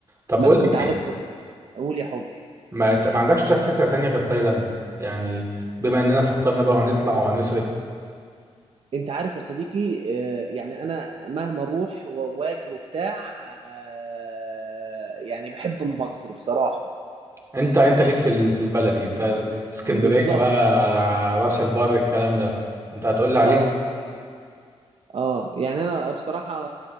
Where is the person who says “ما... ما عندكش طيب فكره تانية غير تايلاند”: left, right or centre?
Right